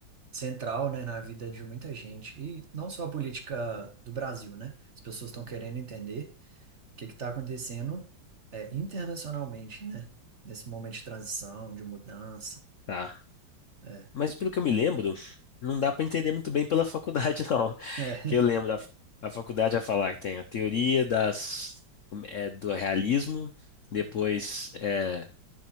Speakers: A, on the right; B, on the left.
A: central, né, na vida de muita gente, e não só a política do Brasil, né? As pessoas estão querendo entender o que que tá acontecendo, é, internacionalmente, né? Nesse momento de transição, de mudança.
B: tá?
A: É.
B: Mas pelo que eu me lembro, não dá pra entender muito bem pela faculdade, <laughs> não.
A: <laughs>
B: Que eu lembro, a, a faculdade vai falar que tem a teoria das, é, do realismo, depois. é,